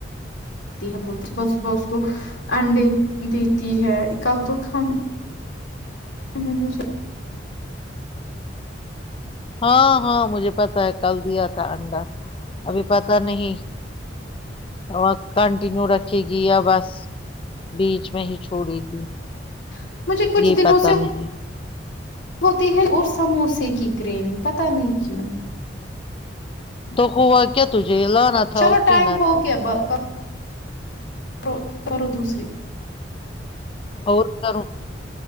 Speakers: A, on the left; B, on the left.
A: تی ہے بولتی صبح صبح اس کو انڈے دیتی ہے کل تو کھانا میں نے
B: ہاں ہاں مجھے پتا ہے کل دیا تھا انڈا ابھی پتا نہیں اور کنٹینیو رکھے گی یا بس بیچ میں ہی چھوڑے گی
A: کو، مجھے کچھ
B: یہ
A: دنوں
B: پتا
A: سے
B: نہیں
A: ہوتی ہے اور سموسے کی کریونگ پتہ نہیں کیوں
B: تو ہوا کیا تجھے لانا تھا
A: چلو
B: اور
A: ٹائم
B: پینا تھا
A: <unintelligible> کرو کرو دوسری
B: اور کروں